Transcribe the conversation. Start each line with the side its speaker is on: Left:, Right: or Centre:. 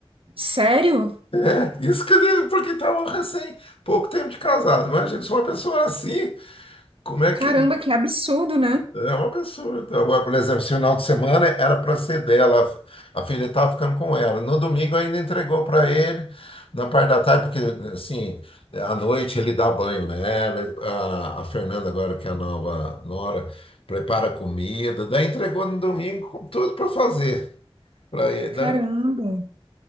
Right: Sério?
Left: É, isso que ele, porque estava recém, pouco tempo de casado. Imagina, se uma pessoa assim, como é
Right: Caramba,
Left: que
Right: que absurdo, né?
Left: É um absurdo. Agora, por exemplo, esse final de semana era para ser dela, a a filha estava ficando com ela. No domingo ainda entregou para ele, na parte da tarde, porque assim, à noite ele dá banho nela, a, a Fernanda agora, que é a nova nora, prepara comida, daí entregou no domingo com tudo para fazer para ele.
Right: Caramba.
Left: né?